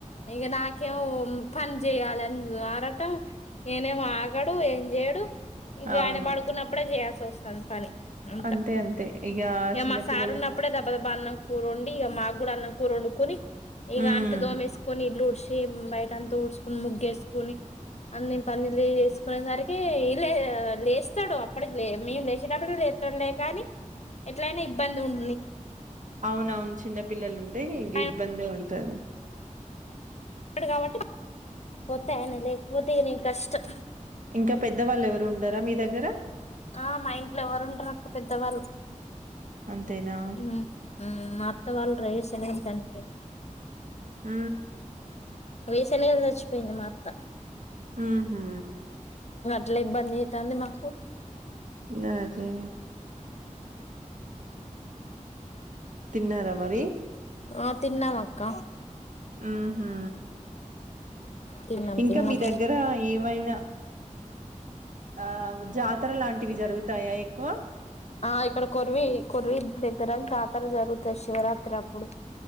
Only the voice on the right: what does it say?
అవును
అంతే అంతే ఇక
చిన్న
పిల్లలు
ఉమ్
అవునవును చిన్న పిల్లలు ఉంటే ఇ
ఇబ్బందే ఉంటంది
ఇంకా పెద్ద వాళ్ళు ఎవరు ఉండారా మీ దగ్గర
అంతేనా
ఆ
హుమ్మ్ హు
నాదే తిన్నారా మరి
హ్మ్మ్ హా
ఇంకా
మీ దగ్గర ఏమైనా ఆ జాతర లాంటివి జరుగుతాయా ఎక్కువ